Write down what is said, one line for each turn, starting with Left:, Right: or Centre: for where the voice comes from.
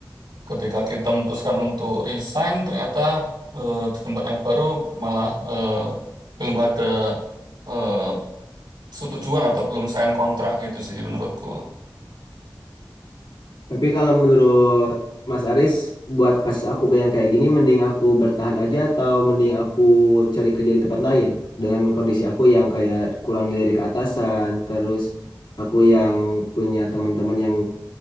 Right: ketika kita memutuskan untuk resign, ternyata eh, di tempat yang baru malah eh, belum ada eh, setujuan atau belum sign kontrak gitu sih menurutku.
Left: tapi kalau menurut Mas Aris buat kasus aku yang kayak gini mending aku bertahan aja atau mending aku cari kerja di tempat lain dengan kondisi aku yang kayak kurang dilirik atasan terus aku yang punya teman-teman yang